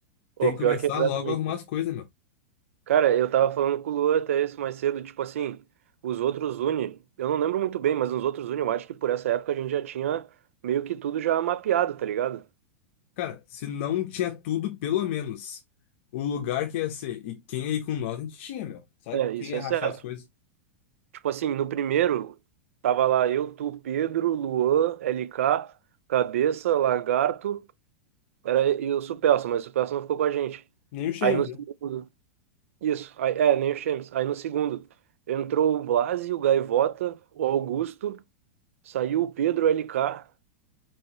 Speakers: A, on the right (about 80°); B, on the left (about 60°).
A: Ô,
B: Tem que começar
A: pior que é exatamente.
B: logo a arrumar as coisas, meu.
A: Cara, eu tava falando com o Luan até isso mais cedo, tipo assim, os outros Uni. eu não lembro muito bem, mas os outros Uni, eu acho que por essa época a gente já tinha meio que tudo já mapeado, tá ligado?
B: Cara, se não tinha tudo, pelo menos o lugar que ia ser e quem ia ir com nós, a gente tinha, meu. Sabe?
A: É,
B: Quem
A: isso
B: ia
A: é
B: rachar
A: certo.
B: as coisas.
A: Tipo assim, no primeiro, tava lá eu, tu, Pedro, Luan, LK, Cabeça, Lagarto, era, e o Supelsa, mas o Supelsa não ficou com a gente.
B: Nem o Shane,
A: Aí no segundo,
B: né?
A: isso, aí, é, nem o Chemes. Aí no segundo, entrou o Blasi, o Gaivota, o Augusto, saiu o Pedro, o LK